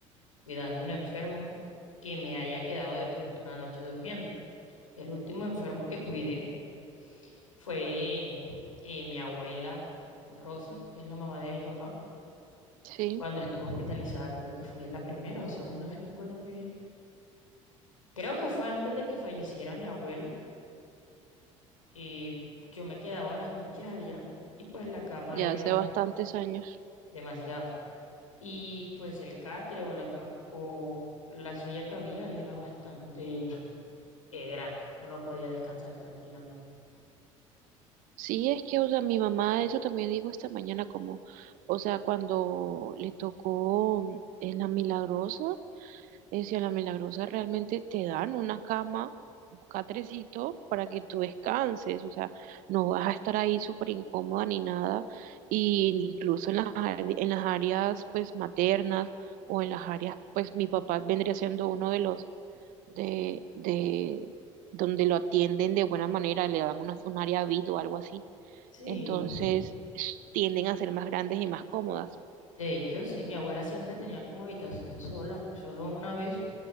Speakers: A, on the left; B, on the right.
A: cuidando un enfermo que me haya quedado de pronto una noche durmiendo. El último enfermo que cuidé fue eh, mi abuela Rosa, que es la mamá de mi papá,
B: Sí,
A: cuando estuvo hospitalizada, creo que fue la primera o segunda vez, no me acuerdo muy bien. Creo que fue antes de que falleciera mi abuelo. y yo me quedaba en las noches allá y pues la cama
B: ya
A: era
B: hace bastantes años.
A: demasiado. Y pues el catre o la, cam- o la silla que había era bastante eh, grande. Uno podía descansar tranquilamente.
B: Sí, es que, o sea, mi mamá eso también dijo esta mañana, como, o sea, cuando le tocó en la Milagrosa, decía, en la Milagrosa realmente te dan una cama catrecito para que tú descanses, o sea, no vas a estar ahí súper incómoda ni nada, y incluso en las, ar- en las áreas pues maternas o en las áreas pues mi papá vendría siendo uno de los de, de donde lo atienden de buena manera, le dan unas, un área VIP o algo así,
A: Sí,
B: entonces s- tienden a ser más grandes y más cómodas.
A: De hecho, sí, mi abuela siempre tenía como habitación sola, solo una vez,